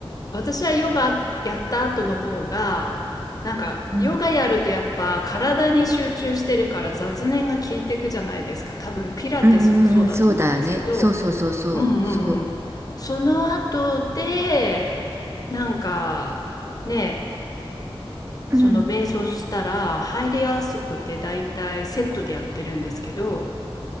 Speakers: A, on the left (about 40°); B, on the right (about 25°).
A: 私はヨガやった後の方が、なんかヨガやるとやっぱ体に集中してるから雑念が効いてくじゃないですか。
B: うん
A: 多分ピラティスもそうだと思うんですけど、
B: うんうんうん、そうだよね。そうそうそうそう。
A: うんうんうん。
B: そう。
A: その後で、なんかね、
B: うん。
A: その瞑想したら入りやすくて大体セットでやってるんですけど、